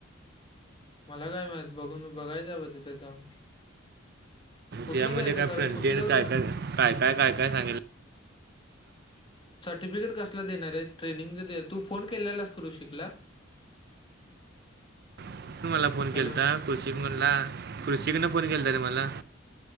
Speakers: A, on the left; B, on the right.
A: मला काय माहत बघून बघायचंवं तिथं जाऊन कुठलं
B: त्यामध्ये
A: घ्यायचं
B: काय
A: खरं
B: फ्रंटियर
A: कुठलं
B: काय काय काय काय काय काय सांगेल
A: सर्टिफिकेट कसला देणार आहे ट्रेनिंगचा तू फोन केलेलाच करू शिकला
B: ह मला फोन
A: हॅलो
B: केल तर कृषी म्हणला कृषीकन फोन केलता रे मला